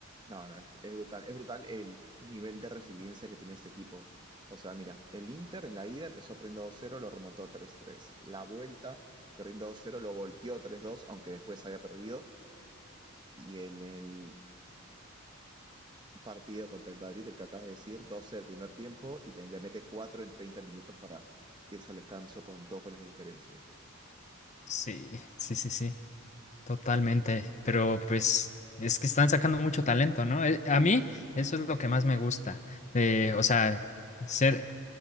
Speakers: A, on the right; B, on the left.
A: no, no, es, es brutal, es brutal el nivel de resiliencia que tiene este equipo. O sea, mira, el Inter en la ida empezó perdiendo 2-0, lo remontó 3-3. La vuelta, perdiendo 2-0, lo volteó 3-2, aunque después haya perdido. Y en el, partido contra el Madrid, el que acabas de decir, 12 del primer tiempo y te- le mete 4 en 30 minutos para irse al descanso con dos goles de diferencia.
B: Sí, sí, sí, sí, totalmente. Pero pues es que están sacando mucho talento, ¿no? Eh, A mí eso es lo que más me gusta. de, o sea, ser